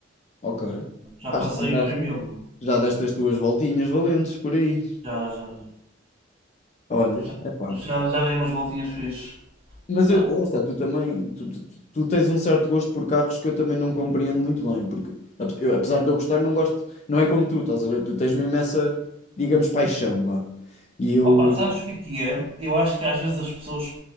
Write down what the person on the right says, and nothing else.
Já
passei
os 100 mil.
Já, já,
já,
já, já, já dei umas voltinhas fixe.
Pá,
opa, sabes o que é que é? Eu acho que às vezes as pessoas